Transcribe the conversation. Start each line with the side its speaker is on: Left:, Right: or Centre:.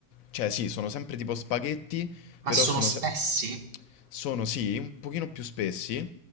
Left: cioè sì, sono sempre tipo spaghetti,
Right: Ma
Left: però
Right: sono
Left: sono,
Right: spessi?
Left: se- sono sì, un pochino più spessi